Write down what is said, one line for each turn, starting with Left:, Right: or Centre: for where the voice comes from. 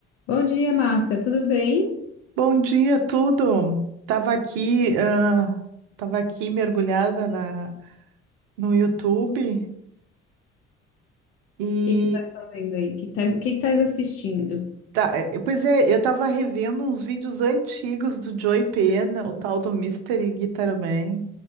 Left: Bom dia, Marta. Tudo bem? O
Right: Bom dia, tudo. Tava aqui, ah, tava aqui mergulhada na, no YouTube e
Left: que que estás fazendo aí? O que que estás, o que que estás assistindo?
Right: tá, eh, pois é, eu tava revendo uns vídeos antigos do Joey Pena, o tal do Mystery Guitar Man,